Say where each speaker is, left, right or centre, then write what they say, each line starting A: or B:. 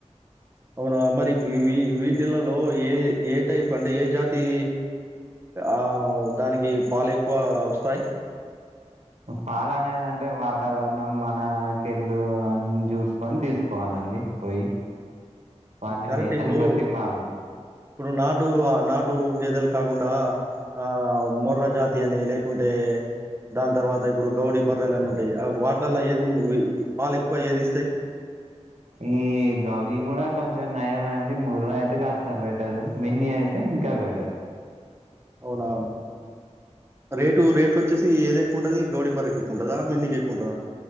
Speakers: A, on the right; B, on the right.
A: అవునా మరి వీ వీ వీటిలల్లో ఏ ఏ టైప్ అంటే ఏ జాతీ ఆ దానికి పాలు ఎక్కువ వస్తాయి.
B: పాలనేది అంటే వాతావరణం మనకెళ్ళు అన్ని చూసుకొని తీసుకోవాలండి. పోయి వాటిని
A: కరెక్టే
B: మేతని
A: ఇప్పుడు
B: బట్టి పాలు
A: ఇప్పుడు నాటు ఆ నాటు గేదలు కాకుండా ఆ మొర్ర జాతి అని లేకుంటే దాని తర్వాత ఇప్పుడు గౌడీ బర్రెలని ఉంటయి ఆ వాటిలల్ల ఏది పాలు ఎక్కువ ఏది ఇస్తయి.
B: ఈ గౌడీ కూడా కొంచెం నయమే అండి. ముర్ర అయితే కాస్తా బెటరు, మిన్ని అయి తే ఇంకా బెటర్.
A: అవునా రేటు రేట్లు వచ్చేసి ఏది ఎక్కువ ఉంటది గౌడి బర్రేకు ఎక్కువ ఉంటదా, మిన్ని కి ఎక్కువ ఉంటదా.